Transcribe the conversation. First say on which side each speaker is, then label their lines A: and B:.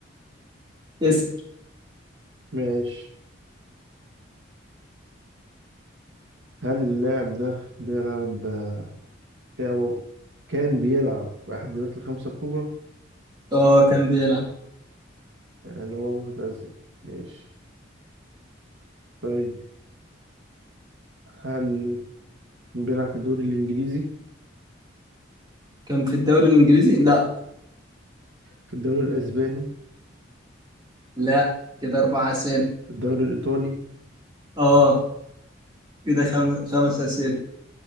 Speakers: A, on the right (about 20°); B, on the right (about 65°).
A: اسأل
B: <laughs> ماشي هل اللاعب ده بيلعب كان هو- كان بيلعب في أحد الدوريات الخمسة الكبرى
A: اه كان بيلعب
B: يعني هو معتزل ماشي طيب هل كان بيلعب في الدوري الإنجليزي
A: كان في الدوري الانجليزي لا
B: في الدوري الأسباني
A: لا كده اربع اسئلة
B: في الدوري الإيطالي
A: اه كده خم... خمس اسئلة